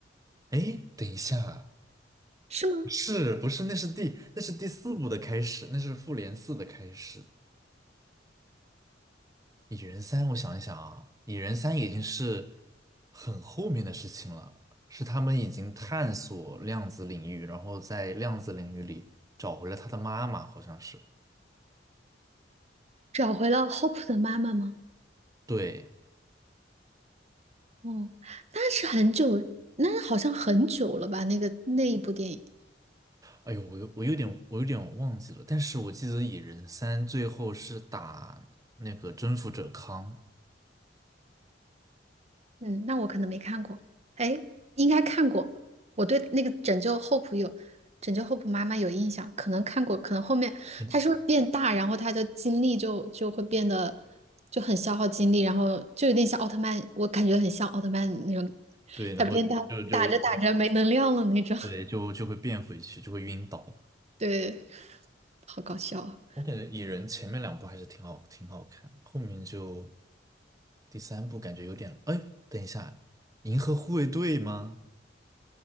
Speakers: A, on the right (about 20°); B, on the right (about 35°).
A: 哎，等一下，
B: 是吗？
A: 是不是，那是第那是第四部的开始，那是复联四的开始。蚁人三，我想一想啊，蚁人三已经是很后面的事情了，是他们已经探索量子领域，然后在量子领域里找回了他的妈妈，好像是。
B: 找回了 Hope 的妈妈吗？
A: 对，
B: 哦，那是很久，那是好像很久了吧？那个那一部电影。
A: 哎呦，我有我有点我有点忘记了，但是我记得蚁人三最后是打那个征服者康，
B: 嗯，那我可能没看过，哎，应该看过。我对那个《拯救 Hope 有《拯救 Hope 妈妈》有印象，可能看过，可能后面她是不是变大，
A: 嗯，
B: 然后她的精力就就会变得就很消耗精力，然后就有点像奥特曼，我感觉很像奥特曼那种，
A: 对，然后就就
B: 她变大打着打着没能量了那种，
A: 对就就会变回去，就会晕倒。
B: <laughs> 对，好搞笑啊！
A: 我感觉蚁人前面两部还是挺好，挺好看的，后面就第三部感觉有点……哎，等一下，银河护卫队吗？